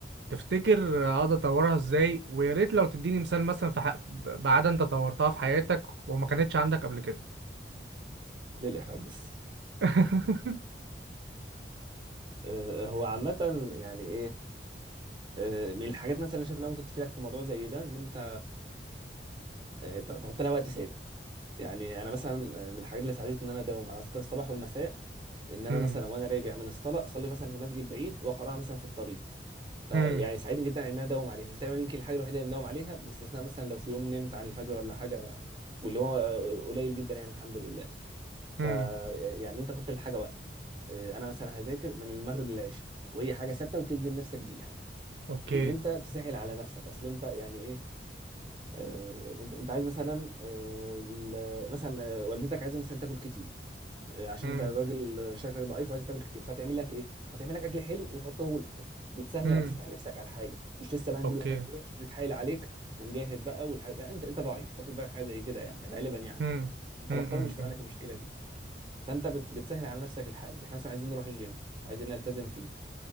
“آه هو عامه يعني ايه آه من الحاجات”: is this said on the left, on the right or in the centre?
Right